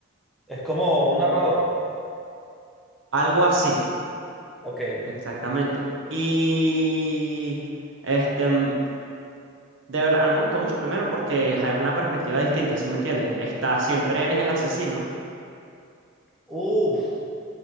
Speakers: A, in the centre; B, on the right.
A: Es como un narrador.
B: Algo así,
A: Ok.
B: exactamente. Y este, mm, de verdad, a mí me gustó mucho primero porque ajá, es una perspectiva distinta, ¿sí me entiendes? Está, siempre eres el asesino.
A: Uf,